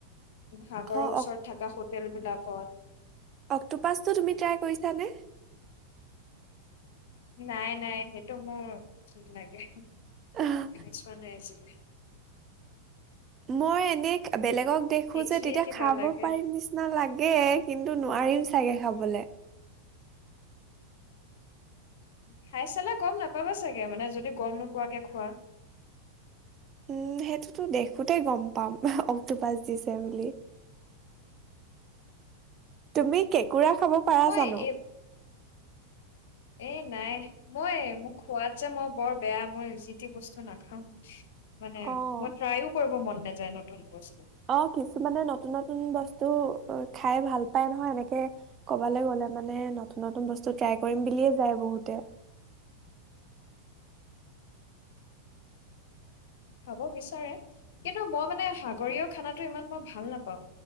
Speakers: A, on the left (about 55°); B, on the right (about 25°).
A: সাগৰৰ
B: অ',
A: ওচৰত থকা তেলবিলাকত।
B: অক্টোপাচটো তুমি ট্ৰাই কৰিছানে?
A: নাই নাই, সেইটো মোৰ ঘিন লগে। <unintelligible>
B: আহ,
A: হৈ আছিলে।
B: মই এনে বেলেগক দেখো
A: দেখিয়ে
B: যে তেতিয়া
A: কিবা
B: খাব
A: লাগে
B: পাৰিম নিচিনা লাগে, কিন্তু নোৱাৰিম চাগে খাবলে।
A: খাই চালে গম নাপাবা চাগে, মানে যদি গম নোপোৱাকে খোৱা।
B: উম, সেইটোতো দেখোতেই গম পাম অক্টোপাছ দিছে বুলি। তুমি কেঁকুৰা খাব পাৰা
A: মই
B: জানো?
A: এই এই নাই, মই মোক খোৱাত যে মই বৰ বেয়া, মই জিতি বস্তু নাখাও। মানে
B: অ',
A: মই ট্ৰাইও কৰিব মন নাযায় নতুন বস্তু।
B: অ', কিছুমানে নতুন নতুন বস্তু খাই ভাল পাই নহয়, এনেকে কবালৈ গলে মানে নতুন নতুন বস্তু ট্ৰাই কৰিম বুলিয়ে যায় বহুতে।
A: খাব বিচাৰে, কিন্তু মই মানে সাগৰীয় খানাটো ইমান মই ভাল নাপাওঁ,